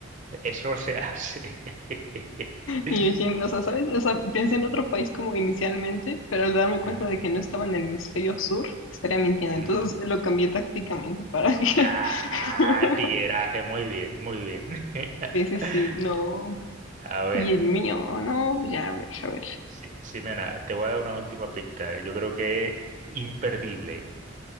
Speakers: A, on the right; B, on the left.
A: Eso no se hace. <laughs>
B: Y yo dije, no, o sea, ¿sabes? O sea, pensé en otro país como inicialmente, pero al darme cuenta
A: Ujú,
B: de que no estaba en el hemisferio sur, estaría mintiendo.
A: ujú.
B: Entonces lo cambié tácticamente para que...
A: Ah,
B: <laughs>
A: tigueraje, muy bien, muy bien. <laughs>
B: Sí, sí, sí, no.
A: A ver,
B: Y el mío, no, ya, a ver, a ver.
A: Si- Ximena, te voy a dar una última pista. eh. Yo creo que es imperdible,